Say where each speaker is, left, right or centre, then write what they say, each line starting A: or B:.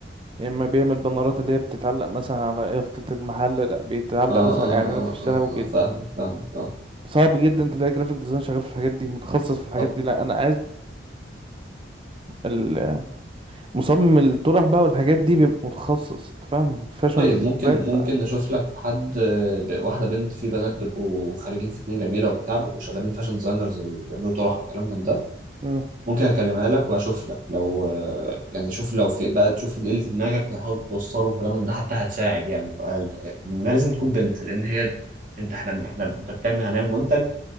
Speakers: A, on the right (about 30°); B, on the right (about 45°).
A: يا اما بيعمل بانرات اللي هي بتتعلق مثلا على يافطة المحل لا بيتعلق
B: اه
A: مثلا
B: اه
A: اعلانات
B: اه
A: في الشارع
B: اه
A: وكده
B: اه فاهمك فاهمك اه
A: صعب جدا تلاقي جرافيك ديزاين شغال في الحاجات دي متخصص في الحاجات
B: طب
A: دي لا انا عايز مصمم الطرح بقى والحاجات دي بيبقى متخصص انت فاهم فاشن
B: طيب ممكن
A: ديزاين ف...
B: ممكن نشوف لك حد آه، ب- واحده بنت في بنات بيبقوا خارجين فنون جميله وبتاع بيبقوا شغالين فاشن ديزاينرز وبيعملوا طرح وكلام من ده
A: مم.
B: ممكن اكلمها لك واشوف لك لو آه، يعني شوف لو في بقى تشوف ايه اللي في دماغك وتحاول توصله والكلام من ده حتى هتساعد يعني بقى بقى- انها لازم تكون بنت لان هي انت احنا احنا انت بتعمل هنعمل منتج